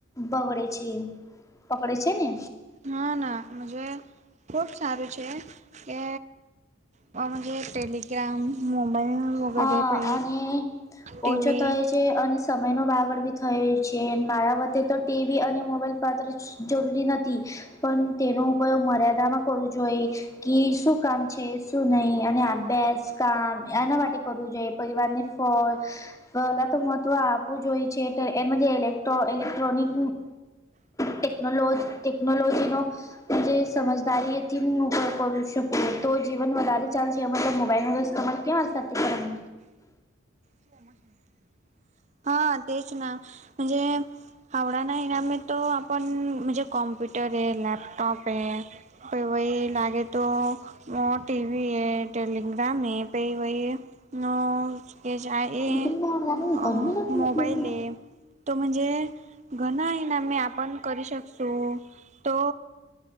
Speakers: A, on the left; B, on the right.
A: બગડે છે પકડે છે ને
B: હા ના મજે ખુબ સારું છે કે મ ટેલીગ્રામ મોબાઈલ વગેરે
A: હા
B: પે
A: અને
B: ટીવી
A: ઓછો તો એ છે. અને સમય નો બાગળ બી થયો છે મારા વતે તો ટીવી અને મોબાઈલ પાત્ર જરૂરી નથી પણ તેનો ઉપયોગ મર્યાદામાં કરવો જોઈ કે શું કામ છે શું નહી અને અભ્યાસ કામ એના માટે કરવું જોઈ પરિવારને ફોન પલા તો મહત્વ આપવું જોય છે ઇલેક્ટ્રોનિક ટેકનોલો ટેકનોલોજી નો જે સમજદારી તી, હું ઉપયોગ કરી શકું તો જીવન વધારે ચાલે છે મતલબ મોબાઈલ વગર <unintelligible>
B: <unintelligible> હા, તે જ ને જે હાંડવાના ઈનામે તો આપ મ કમ્પ્યુટર લેપ લેપટોપ હે, પણ એમાં લાગે તો <unintelligible> ટીવી હે ટેલિગ્રામ એ પણ વાપરે કે <unintelligible> જાય
A: દીકરી
B: એ
A: ના લાગે
B: અ
A: ધર્મ
B: મોબાઈલ હે તો મજે ઘણાં ઈનામ આપણે કરી શકીશું તો